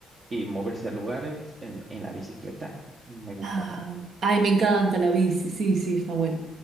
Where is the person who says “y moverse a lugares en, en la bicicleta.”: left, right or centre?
Right